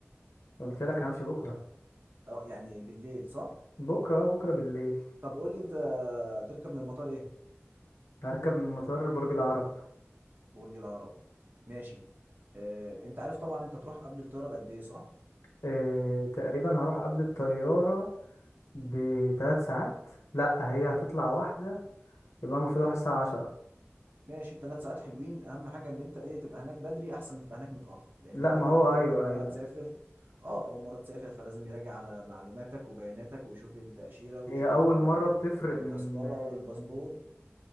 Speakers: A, on the left; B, on the right.
A: قلت لك همشي بكره
B: اه يعني بالليل صح
A: بكره اه بكره بالليل
B: طب قول لي انت تركب من المطار ايه
A: هركب من مطار برج العرب
B: برج العرب ماشي آه، انت عارف طبعا انت تروح قبل الطياره بقد ايه صح
A: إيه... تقريبا هروح قبل الطياره بثلاث ساعات لا هي هتطلع واحده يبقى المفروض اروح الساعه 10
B: ماشي ثلاث ساعات حلوين اهم حاجه ان انت ايه تبقى هناك بدري احسن ما تبقى هناك متاخر لان
A: لا
B: انت
A: ما
B: بقى
A: هو
B: ايه
A: ايوه
B: اول مره
A: ايوه
B: تسافر اه اول مره تسافر فلازم يراجع على معلوماتك وبياناتك ويشوف التاشيره ويشوف
A: هي اول
B: ال-
A: مرة
B: آه،
A: بتفرق
B: التذكره
A: من
B: والباسبور
A: من